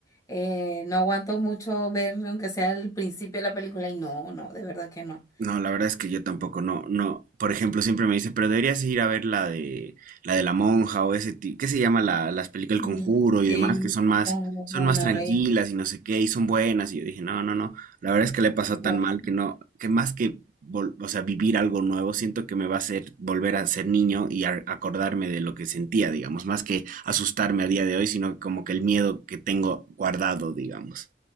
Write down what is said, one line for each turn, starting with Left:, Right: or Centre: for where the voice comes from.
Left: eh, no aguanto mucho ver aunque sea el principio de la película y no, no, de verdad que no.
Right: No, la verdad es que yo tampoco, no, no. Por ejemplo, siempre me dice, pero deberías ir a ver la de la de la monja o ese tipo, ¿qué se llama la, las películas
Left: No,
Right: El Conjuro
Left: no.
Right: y
Left: Sí,
Right: demás, que son más,
Left: con
Right: son
Left: una
Right: más tranquilas
Left: vez,
Right: y no sé qué, y son buenas. Y yo dije, no, no, no. La verdad es que le he pasado
Left: pues.
Right: tan mal
Left: no.
Right: que no, que más que vol- o sea, vivir algo nuevo, siento que me va a hacer volver a ser niño y a- acordarme de lo que sentía, digamos, más que asustarme a día de hoy, sino como que el miedo que tengo guardado, digamos.